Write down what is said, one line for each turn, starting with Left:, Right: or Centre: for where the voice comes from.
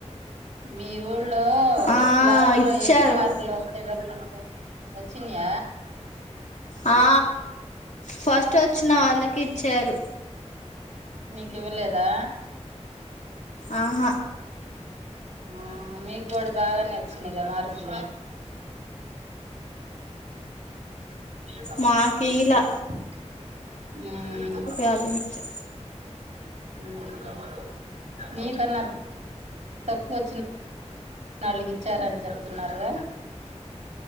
Right: మీ ఊళ్ళో
Left: ఆ
Right: క్లాస్
Left: ఇచ్చారు
Right: లో ఎక్కువ మార్కులు వస్తే డబ్బులు ఇస్తార్ వచ్చినయా
Left: ఆ ఫస్ట్ వచ్చిన వాళ్ళకి ఇచ్చారు
Right: నీకివ్వలేదా
Left: ఆహ
Right: ఆ నీగ్గుడ బాగానె వచ్చినయ్ గ మార్కులు ఉమ్
Left: మాకు ఈలా కాలిగిచ్చా
Right: ఊమ్ నీ కన్నా తక్కువచ్చిన ఆళ్ళకిచ్చారని చెప్తున్నారుగా